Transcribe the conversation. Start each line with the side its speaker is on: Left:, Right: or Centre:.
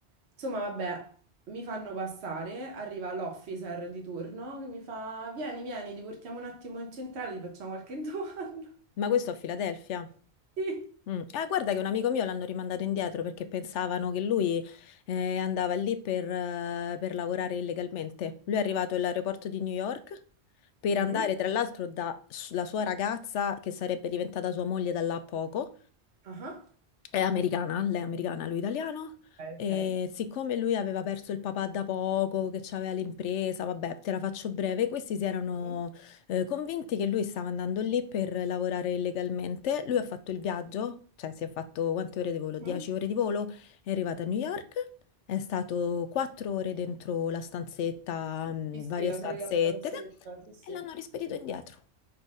Right: Insomma, vabbè, mi fanno passare, arriva l'officer di turno che mi fa, vieni, vieni, ti portiamo un attimo in centrale, ti facciamo qualche <laughs> domanda.
Left: Ma questo a Filadelfia?
Right: Sì.
Left: Mm. Eh, guarda che un amico mio l'hanno rimandato indietro perché pensavano che lui eh, andava lì per, eh, per lavorare illegalmente. Lui è arrivato all'aeroporto di New York per
Right: Mhm.
Left: andare, tra l'altro, da s- la sua ragazza, che sarebbe diventata sua moglie da là a poco,
Right: Ah,
Left: è americana, lei è americana, lui italiano.
Right: Ok,
Left: E
Right: ok.
Left: siccome lui aveva perso il papà da poco, che aveva l'impresa, vabbè, te la faccio breve, questi si erano
Right: Mhm,
Left: eh, convinti che lui stava andando lì per lavorare illegalmente. Lui ha fatto il viaggio, cioè si è fatto quante ore di volo?
Right: mhm.
Left: 10 ore di volo, è arrivato a New York, è stato 4 ore dentro la stanzetta, mh,
Right: Sì, sì,
Left: varie
Right: la
Left: stanzette,
Right: solita stanzetta,
Left: ed è-
Right: sì, sì.
Left: e l'hanno rispedito indietro.